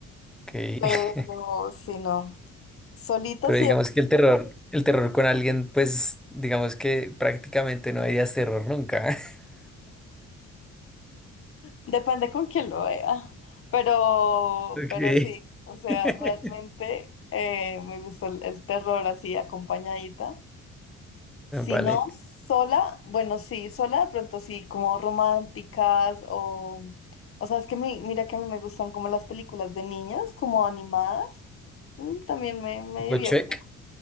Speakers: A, in the centre; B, on the left.
A: ok.
B: pero
A: <laughs>
B: si no, solita
A: Pero
B: sí
A: digamos que el terror, el terror con alguien, pues digamos que prácticamente no dirías terror nunca. <laughs>
B: Depende con quién lo vea, pero,
A: Ok.
B: pero sí, o sea,
A: <laughs>
B: realmente eh, me gusta el, el terror así acompañadita. Si
A: Vale.
B: no sola, bueno, sí, sola de pronto sí, como románticas o, o sea, es que mi- mira que a mí me gustan como las películas de niños, como animadas, mm, también me, me divierte.
A: Gochuek.